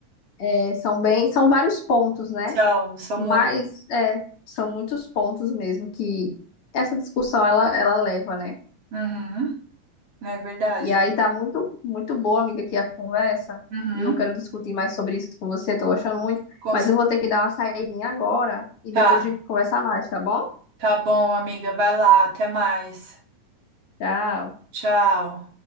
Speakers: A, on the left; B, on the right.
A: é, são bem, são vários pontos, né?
B: São, são
A: Mas
B: muito.
A: é, são muitos pontos mesmo que essa discussão ela, ela leva, né?
B: Uhum. É verdade,
A: E aí
B: né?
A: tá muito, muito boa, amiga, aqui a conversa.
B: Uhum.
A: E eu quero discutir mais sobre isso com você, tô gostando muito.
B: Com
A: Mas
B: cer-
A: eu vou ter que dar uma saidinha agora e
B: Tá.
A: depois a gente conversa mais, tá bom?
B: Tá bom, amiga. Vai lá. Até mais.
A: Tchau.
B: Tchau.